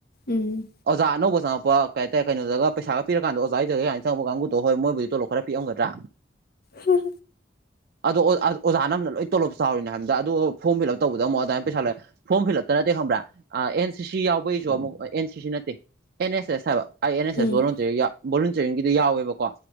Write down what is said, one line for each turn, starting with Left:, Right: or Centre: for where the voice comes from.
Left: ꯎꯝ
Right: ꯑꯣꯖꯥꯅꯣꯁ ꯆꯪꯉꯛ ꯀ ꯍꯥꯏꯇꯥꯥꯏ ꯀꯩꯅꯣꯗꯒ ꯄꯩꯁꯥꯒ ꯄꯤꯔꯥꯟꯗ ꯑꯣꯖꯥꯖꯒ ꯀꯥꯏꯅꯪꯉꯄ ꯀꯥꯡꯕꯨꯣ ꯍꯣꯏꯕꯨꯗꯤꯣꯂꯞ ꯈꯔ ꯄꯤꯔꯝꯒ꯭ꯔꯥ
Left: ꯍꯝ
Right: ꯑꯗꯣ ꯑꯣꯖꯥꯅ ꯑꯃꯅ ꯂꯣꯏ ꯇꯣꯂꯣꯞ ꯆꯥꯎꯔꯤꯅꯦ ꯍꯥꯏꯕꯗ ꯑꯣ ꯐꯣꯝ ꯐꯤꯜ ꯑꯞ ꯇꯧꯕꯗ ꯑꯃꯨꯛ ꯑꯣꯖꯥꯅ ꯄꯩꯁꯥ ꯂꯩꯔꯦ ꯐꯣꯝ ꯐꯤꯜ ꯑꯞ ꯅꯠꯇꯦ ꯈꯪꯕ꯭ꯔꯥ ꯑꯦꯟ ꯁꯤ ꯁꯤ ꯌꯥꯎꯕꯩꯁꯨ ꯑꯃꯨꯛ ꯍꯣꯏ ꯑꯦꯟ ꯁꯤ ꯁꯤ ꯅꯠꯇꯦ ꯑꯦꯟ ꯑꯦꯁ ꯑꯦꯁ ꯍꯥꯏꯕ ꯑꯩ ꯑꯦꯟ ꯑꯦꯁ ꯑꯦꯁ
Left: ꯎꯝ
Right: ꯚꯣꯂꯨꯇꯤꯌꯔꯤꯡ ꯕꯣꯂꯨꯇꯤꯌꯔꯤꯡꯒꯤꯗꯤ ꯌꯥꯎꯋꯦꯕꯀꯣ